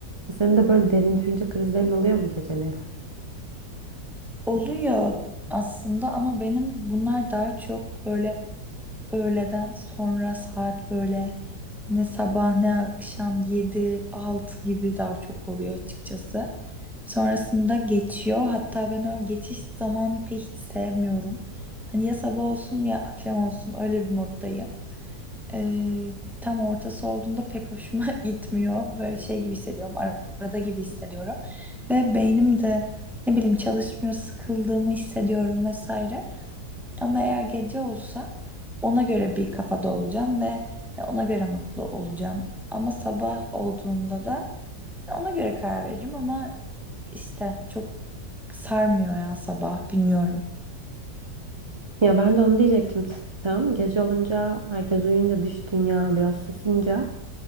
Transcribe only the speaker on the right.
E Senin de böyle derin düşünce krizlerin oluyor mu geceleri?
Ya ben de onu diyecektim tam. Gece olunca, herkes uyuyunca, dış dünya biraz susunca